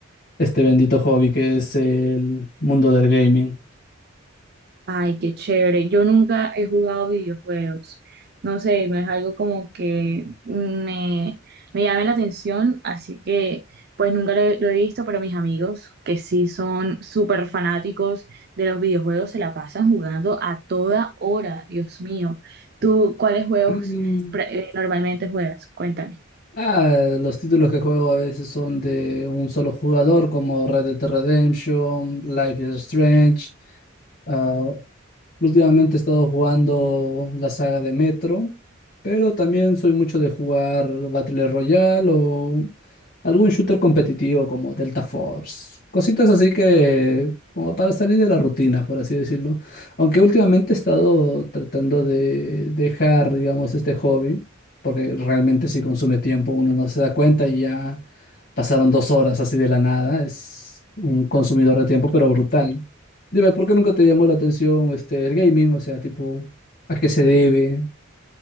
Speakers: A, on the left; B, on the right.
A: este bendito hobby que es el mundo del gaming.
B: Ay, qué chévere. Yo nunca he jugado videojuegos. No sé, no es algo como que me, me llame la atención, así que pues nunca lo, he lo he visto, pero mis amigos que sí son súper fanáticos de los videojuegos se la pasan jugando a toda hora, Dios mío. ¿Tú cuáles juegos
A: Mm.
B: pra- eh, normalmente juegas? Cuéntame.
A: Ah, los títulos que juego a veces son de un solo jugador, como Red Dead Redemption, Life is Strange. ah, últimamente he estado jugando la saga de Metro, pero también soy mucho de jugar Battle Royale o algún shooter competitivo como Delta Force. Cositas así que como para salir de la rutina, por así decirlo. Aunque últimamente he estado tratando de dejar, digamos, este hobby porque realmente si consume tiempo uno no se da cuenta y ya pasaron dos horas así de la nada. Es un consumidor de tiempo, pero brutal. Dime, ¿por qué nunca te llamó la atención este, el gaming? O sea, tipo, ¿a qué se debe?